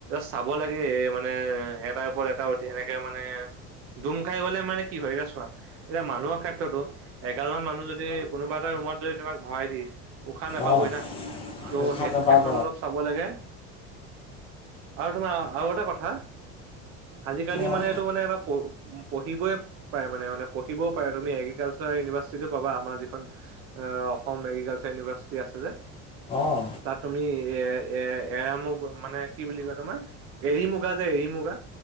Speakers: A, on the right (about 45°); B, on the left (about 15°).
A: চাব লাগে মানে এটাৰ ওপৰত এটা উঠ সেনেকে মানে ডুম খাই গলে মানে কি হয় এতিয়া চোৱা এতিয়া মানুহৰ ক্ষেত্ৰতো এঘালমান মানুহ যদি কোনোবা এটা মত যদি তোমাক ভৰাই দিয়ে উশাহ নোপাবই
B: অঁ অঁ
A: না ত'
B: উশাহ
A: সেইটো
B: নাপাব
A: ক্ষেত্ৰত অলপ চাব লাগে আৰু তোমাৰ আৰু এটা কথা আজিকালি
B: অঁ
A: মানে এইটো মানে এটা পঢ়িবই পাৰে মানে মানে পঢ়িবও পাৰে তুমি এগ্ৰিকালচাৰ ইউভাৰ্চিটটো পাবা আমাৰ যিখন অসম এগ্ৰিকালচাৰ ইউনিভাৰ্চিটি আছে যে
B: অঁ
A: তাত তুমি এ এ এৰা মুগা মানে কি বুলি কয় তোমাৰ এৰী মুগা যে এৰী মুগা